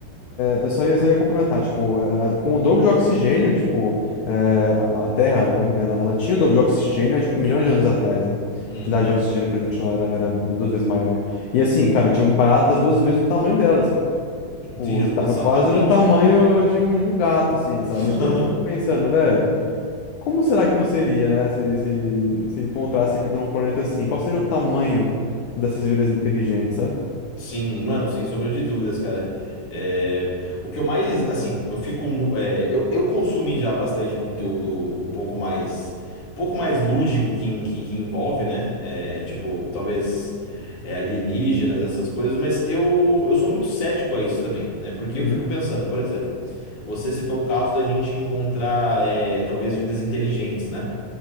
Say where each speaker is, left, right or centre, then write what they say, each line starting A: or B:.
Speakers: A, on the left; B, on the left.
A: eu só ia, só ia complementar, tipo, eh, com o dobro de oxigênio, tipo, eh, a a Terra, né, ela, ela tinha o dobro de oxigênio há, tipo, milhões de anos atrás, né? A
B: Uhum.
A: quantidade de oxigênio presente na era era duas vezes maior. E assim, cara, tinham baratas duas vezes o tamanho delas, cara. Tipo,
B: Sim, ex-
A: tá
B: Exatamente,
A: quase do tamanho
B: né?
A: de um, de um gato, assim,
B: <laughs>
A: sabe? Então eu fico pensando, velho, como será que não seria, né, se, se, se encontrasse vida num planeta assim? Qual seria o tamanho dessas vidas inteligentes, sabe?
B: Sim, mano, sem sombra de dúvidas, cara. É, o que eu mais, assim, eu fico, mu- é, eu, eu consumi já bastante conteúdo um pouco mais, um pouco mais lúdico que, en- que, que envolve, né? É, tipo, talvez é, alienígenas, essas coisas, mas eu, eu sou muito cético a isso também, né? Porque
A: Uhum.
B: eu fico pensando, por exemplo, você citou o caso da gente encontrar, é, talvez vidas inteligentes, né?